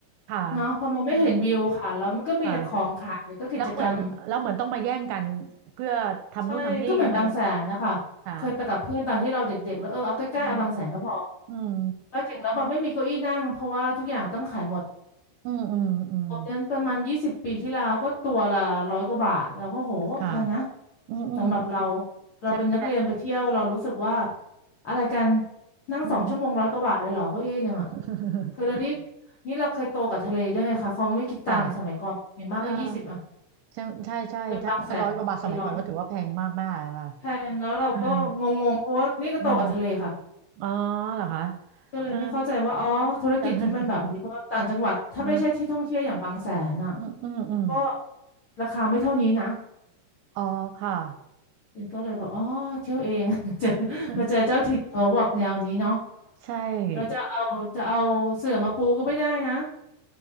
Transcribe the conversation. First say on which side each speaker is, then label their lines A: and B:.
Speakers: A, on the right; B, on the left.
A: ค่ะ
B: เนาะพอมันไม่เห็นวิวค่ะแล้วมันก็มีแต่ของขายก็กิจกรรม
A: อืมค่ะแล้วเหมือนแล้วเหมือนต้องมาแย่งกันเพื่อทำนู่นทำนี่มัน
B: ใช่ก็เหมือนบางแสนนะคะเคยไปกับเพื่อนตอนที่เราเด็กๆแล้วเออเอาใกล้ๆเอาบางแสนก็พอ
A: ค่ะอืมอืม
B: ไปถึงแล้วแบบไม่มีเก้าอี้นั่งเพราะว่าทุกอย่างต้องขายหมด
A: อืมอืมอืม
B: ตอนนั้นประมาณยี่สิบปีที่แล้วก็ตัวละร้อยกว่าบาทเราก็โหแพงนะ
A: ค่ะอืมอืมอืม
B: สำหรับเราเราเป็นนักเรียนไปเที่ยวเรารู้สึกว่า
A: ใช่ใช่
B: อะไรกันนั่งสองชั่วโมงร้อยกว่าบาทเลยเหรอเก้าอี้ยังอ่ะ
A: อืม <laughs>
B: คือแล้วนี้นี่เราเคยโตกับทะเลด้วยไงคะเขาไม่คิดตังค์อ่ะสมัยก่อนอย่างมากก็ยี่สิบอ่ะ
A: ค่ะเอ่าใช่ใช่ใช่ถ้าถ้าร้อยกว่าบาทสมัยก่อนก็ถือว่าแพงมากมากค่ะ
B: เป็นบางแสนเป็นร้อยแพงแล้วเราก็งงๆเพราะว่านี่ก็โตกับทะเลค่ะ
A: อืมอืม อ๋อเหรอคะ
B: ก็เลยไม่เข้าใจว่าอ๋อธุรกิจเขาเป็นแบบนี้เพราะว่าต่างจังหวัดถ้าไม่ใช่ที่ท่องเที่ยวอย่างบางแสนอ่ะ
A: เออเออ <laughs> เอออืมอืมอืม
B: ก็ราคาไม่เท่านี้นะ
A: อ๋อค่ะ
B: ก็เลยบอกอ๋อเที่ยวเอง <laughs> เจอ
A: <laughs>
B: มาเจอเจ้าถิ่นเขาแบบแนวนี้เนาะ
A: ใช่
B: เราจะเอาจะเอาเสื่อมาปูก็ไม่ได้นะ